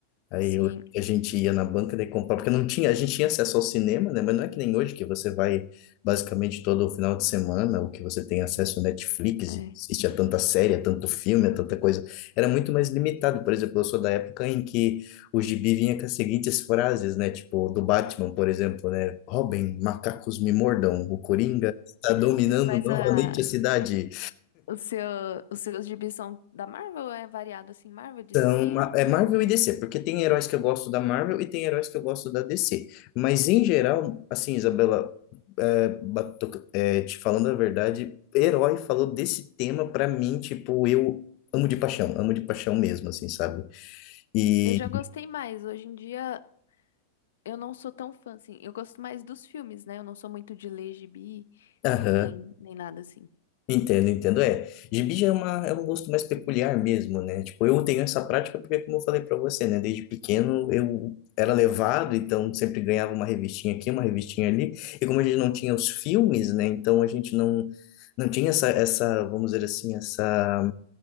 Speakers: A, on the left; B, on the left.
A: Aí
B: Sim,
A: eu, a gente ia na banca de comprar, porque não tinha, a gente tinha acesso ao cinema, né? Mas não é que nem hoje que você vai basicamente todo final de semana, ou que você tem acesso ao Netflix
B: é.
A: e assiste a tanta série, a tanto filme, a tanta coisa. Era muito mais limitado. Por exemplo, eu sou da época em que o gibi vinha com as seguintes frases, né? Tipo, do Batman, por exemplo, né? Robin, macacos me mordam, o Coringa está dominando
B: Mas
A: novamente
B: a,
A: a cidade.
B: o seu, os seus gibis são da Marvel, é variado assim, Marvel, DC?
A: São, ma- é Marvel e DC, porque tem heróis que eu gosto da Marvel e tem heróis que eu gosto da DC. Mas em geral, assim, Isabela, é, batu- é, te falando a verdade, herói falou desse tema pra mim, tipo, eu amo de paixão, amo de paixão mesmo, assim, sabe? E,
B: Eu já gostei mais. Hoje em dia. Eu não sou tão fã, assim. Eu gosto mais dos filmes, né? Eu não sou muito de ler gibi,
A: aham.
B: nem, nem nada assim.
A: Entendo, entendo. É, gibi já é uma, é um gosto mais peculiar mesmo, né? Tipo, eu tenho essa prática porque, como eu falei pra você, né? Desde pequeno eu era levado, então sempre ganhava uma revistinha aqui, uma revistinha ali. E como a gente não tinha os filmes, né? Então a gente não, não tinha essa, essa, vamos dizer assim, essa